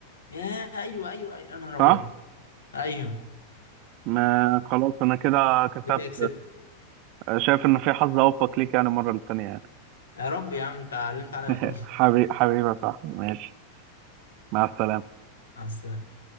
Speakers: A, on the left; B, on the right.
A: ياه أيوه أيوه أيوه أنا أبيض
B: صح
A: أيوه
B: ما خلاص انا كده كسبت
A: ده كده كسبت
B: آه، شايف ان في حظ اوفق ليك يعني المرة التانية يعني
A: يا رب يا عم أنت علمت عليا
B: <laughs>
A: خلاص
B: حبيبي حبيبي صح ماشي مع السلامة
A: مع السلامة